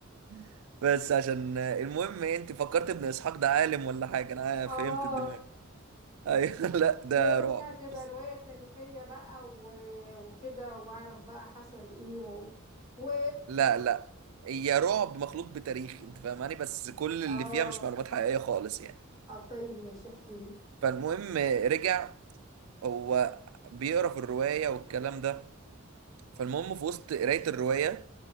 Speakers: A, on the right; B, on the right.
A: <laughs> بس عشان المهم إيه، أنت فكرت ابن إسحاق ده عالم ولا حاجة أنا
B: أه
A: فهمت الدماغ أيوه <laughs> لا ده
B: وقلت
A: رعب
B: هتبقى
A: بص
B: رواية تاريخية بقى و... وكده واعرف بقى حصل ايه و, و...
A: لا لا هي رعب مخلوط بتاريخ أنت فاهماني بس كل اللي
B: اه
A: فيها مش معلومات حقيقية خالص يعني
B: اه طيب ماشي احكي لي
A: فالمهم رجع هو بيقرا في الروايه والكلام ده فالمهم في وسط قرايه الروايه